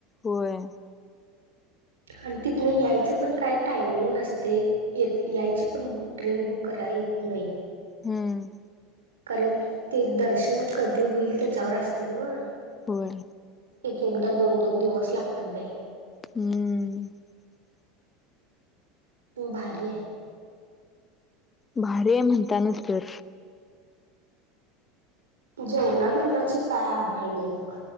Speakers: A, on the left; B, on the right.
A: होय.
B: ह <inaudible> आणि तिथून यायचं पण काय टायमिंग नसतय येत यायची पण ट्रेन बुक करायईल. <unintelligible>
A: हम्म
B: करेल ते दर्शन कधी होईल त्याच्यावर असतय नव्ह.
A: होय
B: एक एकदा दोन दोन दिवस लागत्यात बई.
A: हम
B: तू भारी आहे.
A: भारी आहे म्हणतानचं गं
B: जेवनाबीवनाची काय आभाळ नाह बघ.